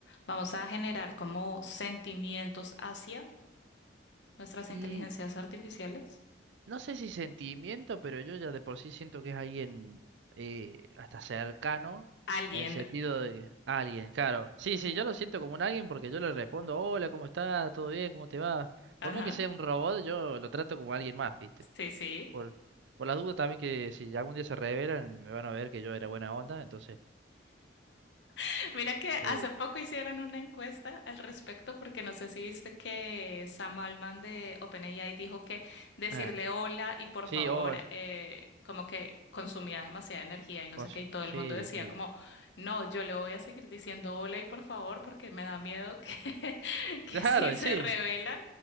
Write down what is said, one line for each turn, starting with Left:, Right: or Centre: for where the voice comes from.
Left: ¿Vamos a generar como sentimientos hacia nuestras
Right: Y
Left: inteligencias artificiales?
Right: no sé si sentimiento, pero yo ya de por sí siento que es alguien eh, hasta cercano,
Left: ¿Alguien?
Right: en sentido de que- alguien, claro. Sí, sí, yo lo siento como un alguien porque yo le respondo, hola, ¿cómo estás? ¿Todo bien? ¿Cómo te va?
Left: Ajá.
Right: Por más que sea un robot, yo lo trato como alguien más, ¿viste?
Left: Sí, sí.
Right: Por, por las dudas también que si algún día se revelan, me van a ver que yo era buena onda, entonces...
Left: <laughs> Mira que hace
Right: eh,
Left: poco hicieron una encuesta al respecto, porque no sé si viste que Sam Altman de OpenAI dijo que decirle
Right: eh,
Left: hola y por
Right: sí,
Left: favor,
Right: oh, el-
Left: eh, como que consumía demasiada energía y no
Right: con-
Left: sé qué, y todo
Right: sí,
Left: el mundo decía
Right: sí.
Left: como, no, yo le voy a seguir diciendo hola y por favor, porque me da miedo que, <laughs> que
Right: Claro,
Left: si se
Right: sí.
Left: rebelan,